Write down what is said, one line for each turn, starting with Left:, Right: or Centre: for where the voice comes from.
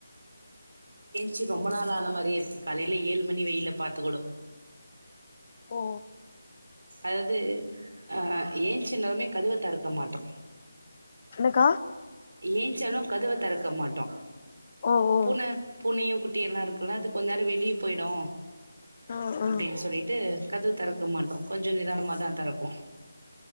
Right: சீ ரொம்ப நாள் ஆன மாரியே இருக்கு காலைல ஏழு மணி வெயில்ல பாத்து கூட
Left: ஓ
Right: அதாவ்து ஆ ஏன்சுன ஒன்னே கதவ தொறக்க மாட்டோ
Left: என்ன கா
Right: ஏன்ச்சாலு கதவ தெறக்க மாட்டோ
Left: ஓ ஓ
Right: பூன பூனையு குட்டியெல்லா இருக்குல்ல அது கொஞ் நேரொ வெளிய போய்டு
Left: ஆ ஆ
Right: அப்டின் சொல்லிட்டு கதவ தெறக்க மாட்டோ கொஞ்ச நிதானமாதா தெறப்போ